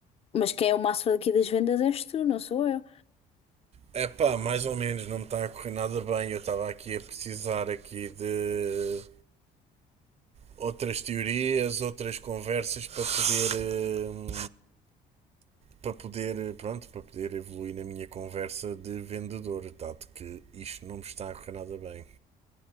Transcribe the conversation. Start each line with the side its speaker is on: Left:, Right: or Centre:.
Left: mas quem é o master daqui das vendas és tu, não sou eu.
Right: É pá, mais ou menos, não me está a correr nada bem. Eu estava aqui a precisar aqui de outras teorias, outras conversas para poder hum, para poder, pronto, para poder evoluir na minha conversa de vendedor, dado que isto não me está a correr nada bem.